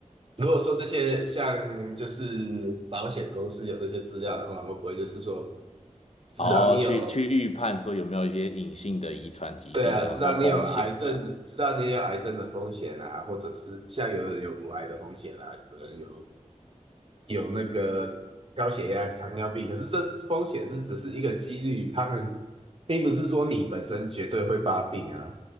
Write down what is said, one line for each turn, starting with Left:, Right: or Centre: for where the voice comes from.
Right: 如果说这些像就是保险公司有这些资料的话，会不会就是说，知道你有，
Left: 哦，去去预判说有没有一些隐性的遗传疾病啊或风险这样。
Right: 对啊，知道你有癌症，知道你有癌症的风险啊，或者是像有人有乳癌的风险啊，有的人有有那个高血压、糖尿病，可是这风险是只是一个几率，他们并不是说你本身绝对会发病啊。